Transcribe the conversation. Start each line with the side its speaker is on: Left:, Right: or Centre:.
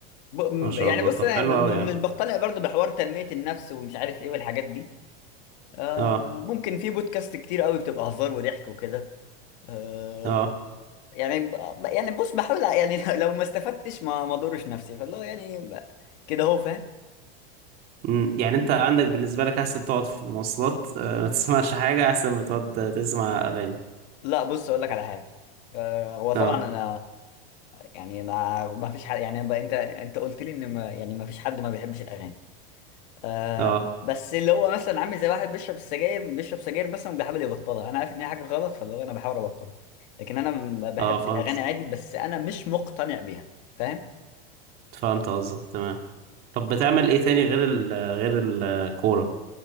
Left: ب...
Right: ما شاء
Left: يعني
Right: الله
Left: بص
Right: طب
Left: أنا
Right: حلو قوي
Left: م-
Right: يا عم
Left: مش بقتنع برضو بحوار تنميه النفس ومش عارف ايه والحاجات دي آه
Right: اه
Left: ممكن في بودكاست كتير قوي بتبقى هزار وضحك وكده آه
Right: اه
Left: يعني ب- يعني بص بحاول ع- يعني <laughs> لو ما استفدتش ما ما ضرش نفسي فاللي هو يعني ب- كده هو فاهم
Right: أمم، يعني انت عندك بالنسبة لك احسن تقعد في المواصلات <laughs> آه ما تسمعش حاجة احسن ما تقعد تسمع اغاني
Left: لا بص اقول لك على حاجه آه هو طبعا
Right: اه
Left: انا يعني انا ما فيش حد يعني ب- انت انت قلت لي ان ما يعني ما فيش حد ما بيحبش الاغاني آه
Right: اه
Left: بس اللي هو مثلا عامل زي واحد بيشرب السجاير بيشرب سجاير بس بيحاول يبطلها انا عارف ان هي حاجه غلط فاللي هو انا بحاول ابطلها لكن انا م- بحب
Right: اه فهمت
Left: الاغاني عادي بس انا مش مقتنع بيها فاهم
Right: فهمت قصدك تمام طب بتعمل ايه تاني غير ال غير الكورة